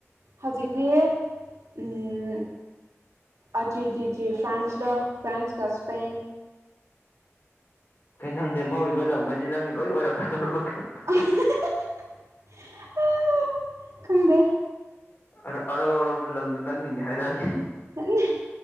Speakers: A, on the right (about 85°); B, on the left (about 45°).
A: ꯍꯧꯖꯤꯛꯗꯤ ꯎꯝ꯫ ꯑꯆꯤꯖꯤꯖꯤ ꯐ꯭ꯔꯥꯟꯁꯗꯣ ꯐ꯭ꯔꯥꯟꯁꯀ ꯁ꯭ꯄꯦꯟ꯫
B: ꯀꯩ ꯅꯪ ꯂꯦꯝꯍꯧꯔꯤꯕ ꯂꯝꯒꯩꯖꯤ ꯅꯪꯒꯤ ꯂꯣꯏ ꯑꯣꯏꯔꯛꯀꯗꯧꯔꯕ <unintelligible>
A: <unintelligible> ꯈꯪꯗꯦ꯫
B: ꯑꯗ ꯑꯔꯧ ꯑꯔꯧꯕ ꯂꯝꯗꯨ ꯅꯪꯒꯤꯅꯦ ꯍꯥꯏꯔꯛꯑꯗꯤ꯫
A: <unintelligible>